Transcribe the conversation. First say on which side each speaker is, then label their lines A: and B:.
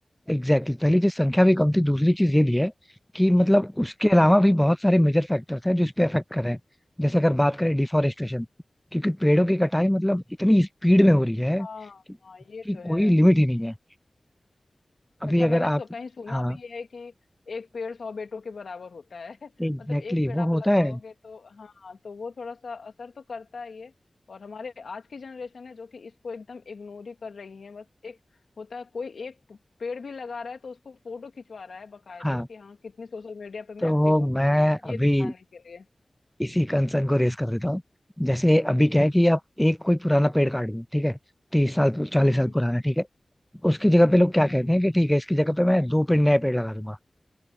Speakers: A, in the centre; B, on the left (about 80°).
A: एग्जैक्टली exactly. पहली चीज संख्या भी कम थी दूसरी चीज ये भी है कि मतलब
B: हम्म
A: उसके अलावा भी बहुत सारे मेजर फैक्टर्स हैं जो इस पे अफेक्ट कर रहे हैं जैसे अगर बात करें डिफॉरेस्टेशन क्योंकि पेड़ों की कटाई मतलब इतनी स्पीड में हो रही है
B: हाँ
A: कि,
B: हाँ ये
A: कि
B: तो
A: कोई
B: है
A: लिमिट ही नहीं है अभी
B: अच्छा
A: अगर
B: मैंने
A: आप
B: सु, कहीं सुना
A: हाँ
B: भी है कि एक पेड़ सौ बेटों के बराबर होता है <laughs>
A: एग्जैक्टली
B: मतलब एक
A: exactly,
B: पेड़
A: वो
B: आप
A: होता
B: लगाओगे
A: है
B: तो हाँ तो वो थोड़ा सा असर तो करता है ये और हमारे आज की जनरेशन है जो कि इसको एकदम इग्नोर ही कर रही है बस एक होता है कोई एक पेड़ भी लगा रहा है तो उसको फोटो खिंचवा रहा है बकायदे
A: हाँ
B: कि हाँ कितनी सोशल मीडिया पे
A: तो
B: मैं एक्टिव हूँ
A: मैं
B: ये
A: अभी
B: दिखाने के लिए
A: इसी कंसर्न को रेस कर देता हूँ जैसे अभी क्या है कि आप एक कोई पुराना पेड़ काट दो ठीक है तीस साल चालीस
B: हम्म
A: साल पुराना ठीक है उसकी जगह पे लोग क्या
B: हम्म
A: कहते हैं कि ठीक है इसकी जगह पे मैं दो पेड़ नए पेड़ लगा दूंगा